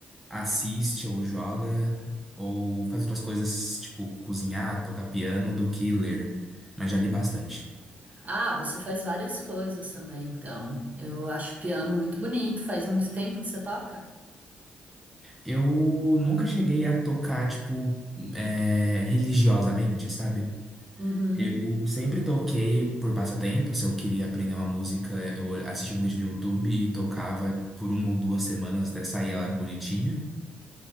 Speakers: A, in the centre; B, on the right (about 40°).
A: assiste ou joga ou faz outras coisas, tipo cozinhar, tocar piano, do que ler. Mas já li bastante.
B: Ah, você faz várias coisas também, então. Eu acho piano muito bonito. Faz muito tempo que você toca?
A: Eu nunca cheguei a tocar, tipo, é, religiosamente, sabe?
B: Uhum.
A: Eu sempre toquei por passatempo. Se eu queria aprender uma música, eu assistia um vídeo no YouTube e tocava por uma ou duas semanas até sair ela bonitinha.